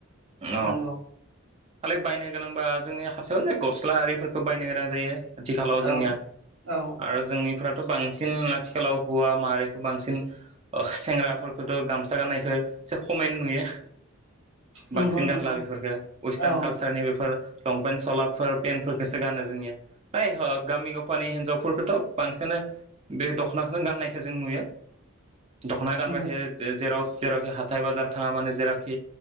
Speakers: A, on the right; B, on the right.
A: अ
B: नंगौ
A: खालि बायनो गोनांबा जोंनि हाथायावनो गस्ला आरिफोरखौ बायनो गोनां जायो। आथिखालाव
B: औ
A: जोंनिया
B: औ
A: आरो जोंनिफ्रा बांसिन आथिखालाव हौवा माहारिखौ बांसिन ओ सेंग्राफोरखौथ' गामसा गाननायखौ एसे खमैनो नुयो।
B: नंगौ
A: बांसिन
B: नंगौ
A: गानला बेफोरखो वेस्टार्न
B: औ
A: कालसारनि बेफोर लंपेन्ट सलाफोर पेेनफोरखोसो गानो जोंनिया। जाय हक गामि गफानि हिनजाव फोरखौथ' बांसिनानो बे दख'नाखोनो गाननायखौ जों नुयो। दखना गानबाथाय
B: नंगौ
A: जे जेराव जेरावखि हाथाय बाजार थाङा माने जेरावखि